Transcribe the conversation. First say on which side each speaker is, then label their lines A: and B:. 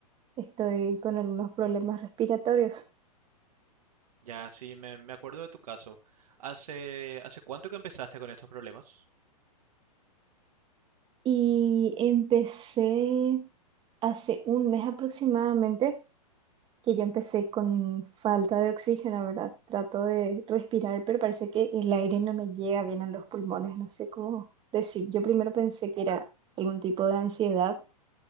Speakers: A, on the right; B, on the right.
A: estoy con algunos problemas respiratorios
B: Ya sí, me, me acuerdo de tu caso. ¿Hace, hace cuánto que empezaste con estos problemas?
A: y empecé hace un mes aproximadamente, que yo empecé con falta de oxígeno, ¿verdad? Trato de respirar, pero parece que el aire
B: Mm,
A: no me llega bien a los pulmones, no sé cómo decir. Yo primero pensé que era algún tipo de ansiedad